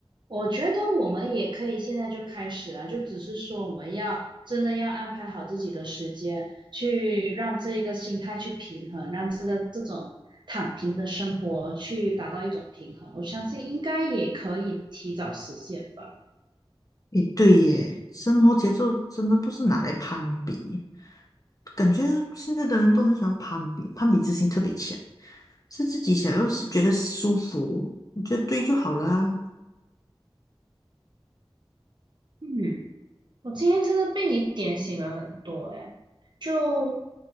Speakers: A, on the right; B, on the left.
A: 我觉得我们也可以现在就开始啊，就只是说我们要真的要安排好自己的时间，去让这一个心态去平衡，让这个这种躺平的生活去达到一种平衡，我相信应该也可以提早实现吧。
B: 诶，对耶，生活节奏真的不是拿来攀比，感觉现在的人都很喜欢攀比，攀比之心特别强，是自己想要觉得舒服，
A: 嗯
B: 你觉得对就好啦。
A: 嗯。我今天真的被你点醒了很多诶，就